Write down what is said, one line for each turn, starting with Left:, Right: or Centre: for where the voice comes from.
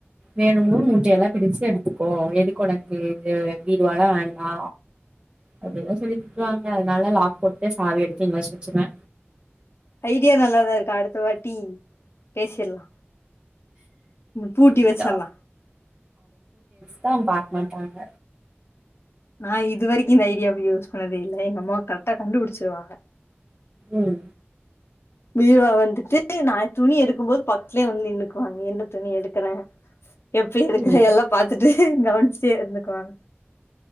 Right: வேணுங்போ மூட்ட எல்லா பிரிச்சு எடுத்துக்கோ. எதுக்கொனக்கு இது பீர்வாலா வேண்டா. அப்டில்லா சொல்லி திட்டுவாங்க. அதுனால லாக் போட்டு சாவி எடுத்து எங்காச்சு வச்சுருவ.
Left: ஐடியா நல்லாதா இருக்கு அடுத்த வாட்டி பேசிர்லா. பூட்டி வச்சர்லா
Right: <unintelligible> தான் ப மாட்டாங்க.
Left: நா இது வரைக்கு இந்த ஐடியாவ யூஸ் பண்ணதே இல்ல. எங்க அம்மா கரெக்டா கண்டுபுடிச்சுருவாங்க.
Right: உம்
Left: பீர்வா வந்துட்டு நா துணி எடுக்கும் போது பக்த்லயே வந்து நின்னுக்குவாங்க. என்ன துணி எடுக்கற எப்டி எடுக்கற
Right: ம்
Left: எல்லா பாத்துட்டு கவனிச்ட்டே இருந்துக்குவாங்க.